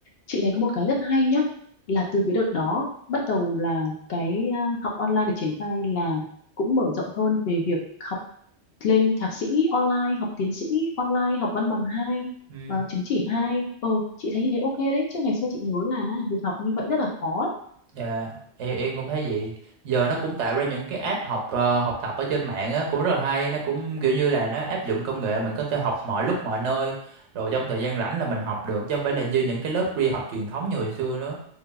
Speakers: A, on the left; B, on the right.
A: chị thấy có một cái rất hay nhá là từ cái đợt đó bắt đầu là cái à, học online được triển khai là cũng mở rộng hơn về việc học lên thạc sĩ online học tiến sĩ online học văn bằng hai
B: ừ.
A: ờ, chứng chỉ hai ờ chị thấy như thế ok đấy chứ ngày xưa chị nhớ là việc học như vậy rất là khó ấy.
B: Dạ, em em cũng thấy vậy. Giờ nó cũng tạo ra những cái app học ờ, học tập ở trên mạng á cũng rất là hay, nó cũng kiểu như là nó áp dụng công nghệ mình có thể học mọi lúc mọi nơi, rồi trong thời gian rảnh là mình học được chứ không phải là như những cái lớp đi học truyền thống như hồi xưa nữa.